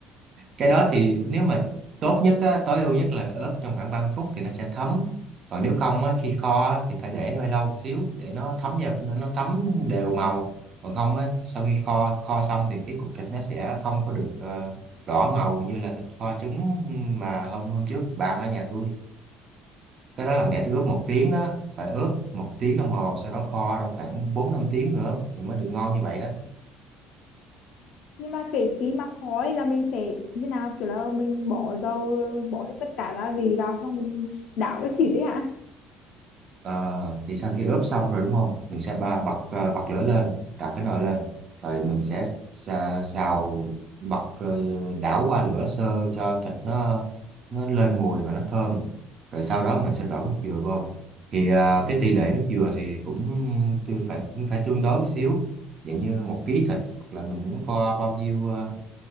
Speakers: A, on the right; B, on the left.
A: cái đó thì nếu mà tốt nhất á, tối ưu nhất là ướp trong khoảng 30 phút thì nó sẽ thấm còn nếu không á, khi kho á, thì phải để hơi lâu một xíu để nó thấm vào nó, nó thấm đều màu còn không á, sau khi kho kho xong thì cái cục thịt nó sẽ không có được ờ, đỏ màu như là thịt kho trứng mà hôm hôm trước bạn ở nhà tôi cái đó là mẹ tôi ướp một tiếng đó phải ướp một tiếng đồng hồ sau đó kho đâu khoảng 4 5 tiếng nữa thì mới được ngon như vậy đó
B: nhưng mà kể khi mà khói là mình sẽ như nào kiểu là mình bỏ dầu mình bỏ hết tất cả gia vị vào xong mình đảo với thịt đấy hả
A: Ờ, thì sau khi ướp xong rồi đúng không? Mình sẽ ba bật ờ, bật lửa lên, đặt cái nồi lên, rồi mình sẽ xào, xào bật ờ, đảo qua lửa sơ cho thịt nó nó lên mùi và nó thơm. Rồi sau đó mình sẽ đổ nước dừa vô. Thì ờ, cái tỷ lệ nước dừa thì cũng tư phải cũng phải tương đối một xíu, dạng như một ký thịt hoặc là mình muốn có bao nhiêu ờ,